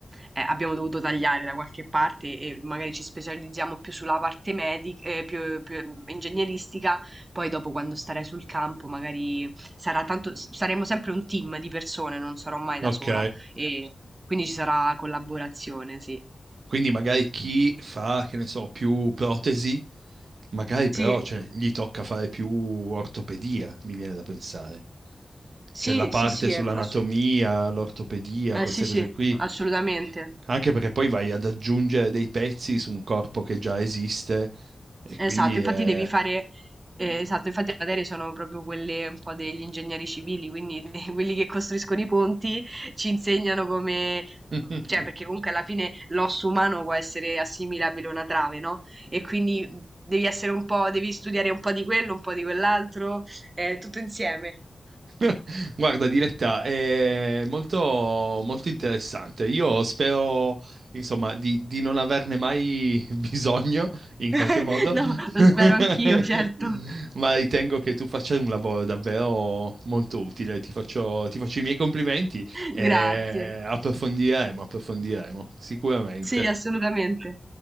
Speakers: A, on the right; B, on the right.
A: eh, abbiamo dovuto tagliare da qualche parte e magari ci specializziamo più sulla parte medica, eh, più, più ingegneristica. Poi dopo quando starai sul campo magari sarà tanto, saremo sempre un team di persone, non sarò mai da
B: Ok,
A: sola. E quindi ci sarà collaborazione, sì.
B: quindi magari chi fa, che ne so, più protesi, magari però
A: Sì?
B: cioè, gli tocca fare più ortopedia, mi viene da pensare.
A: Sì,
B: Cioè la parte
A: sì, sì,
B: sull'anatomia,
A: è ass-
B: l'ortopedia,
A: Eh
B: queste
A: sì, sì,
B: cose qui,
A: assolutamente.
B: anche perché poi vai ad aggiungere dei pezzi su un corpo che già esiste e
A: Esatto,
B: quindi
A: infatti
B: è...
A: devi fare, eh, esatto, infatti le materie sono proprio quelle un po' degli ingegneri civili, quindi <laughs> quelli che costruiscono i ponti ci insegnano come,
B: <laughs>
A: cioè perché comunque alla fine l'osso umano può essere assimilabile a una trave, no? E quindi devi essere un po', devi studiare un po' di quello, un po' di quell'altro, eh, tutto insieme.
B: <laughs> Guarda, Diletta, è molto, molto interessante. Io spero, insomma, di, di non averne mai <laughs> bisogno in qualche
A: <laughs>
B: modo,
A: No, lo spero
B: <laughs>
A: anch'io, certo.
B: ma ritengo che tu faccia un lavoro davvero molto utile. Ti faccio, ti faccio i miei complimenti
A: <laughs>
B: e
A: Grazie.
B: approfondiremo, approfondiremo, sicuramente.
A: Sì, assolutamente.